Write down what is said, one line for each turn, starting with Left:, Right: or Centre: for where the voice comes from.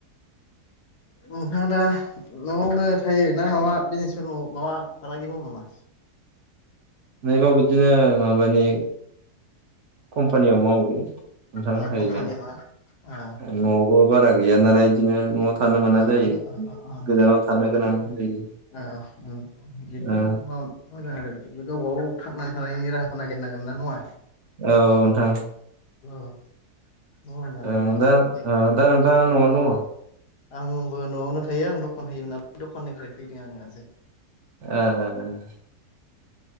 Left: नोंथाङा दा न'आवनो थायो ना माबा बिजनेसफोर मावो माबा फालांगि मावो नामा?
Right: नैबा बिदिनो माबानि कम्पानियाव मावो नोंथां
Left: कम्पानियाबा
Right: हायनो
Left: ओ
Right: न'आवबो बारा गैया नालाय बिदिनो न'आव थानो मोना
Left: ओ
Right: जायो
Left: ओ ओ ओ
Right: गोजानाव थानो गोनां
Left: ओ
Right: जायो
Left: <unintelligible> बिदिनो
Right: ओ
Left: माव <unintelligible> मोजां आरो गावबा गाव थांनानै थानायनि राहाखौ नागिरनांगोन ना नङा
Right: औ नोंथां
Left: <unintelligible> मोजां
Right: ओ
Left: जागोन।
Right: दा
Left: ओमफ्राय
Right: ओ दा नोंथाङा न'आवनो दङ
Left: आंबो न'आवनो थायो आं दखान होयोमोन नालाय दखाननिफ्राय फैदों आङो दासो
Right: ए